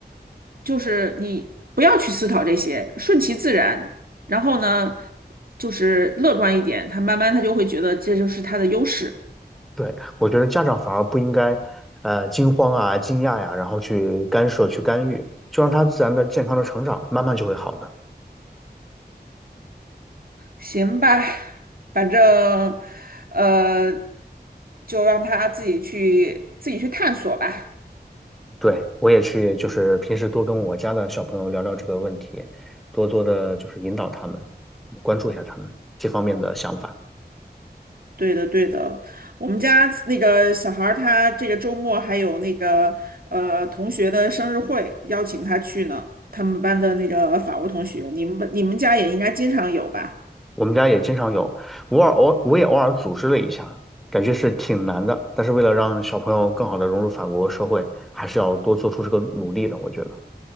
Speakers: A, on the right; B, in the centre.
A: 就是你不要去思考这些，顺其自然，然后呢，就是乐观一点，他慢慢他就会觉得这就是他的优势。
B: 对，我觉得家长反而不应该，呃，惊慌啊、惊讶呀、然后去干涉、去干预，就让他自然的、健康的成长，慢慢就会好的。
A: 行吧，反正，呃，就让他自己去自己去探索吧。
B: 对，我也去，就是平时多跟我家的小朋友聊聊这个问题，多多的就是引导他们，关注一下他们这方面的想法。
A: 对的，对的。我们家那个小孩儿，他这个周末还有那个呃同学的生日会，邀请他去呢。他们班的那个法国同学，你们你们家也应该经常有吧？
B: 我们家也经常有，偶尔偶我也偶尔组织了一下，感觉是挺难的，但是为了让小朋友更好的融入法国社会，还是要多做出这个努力的，我觉得。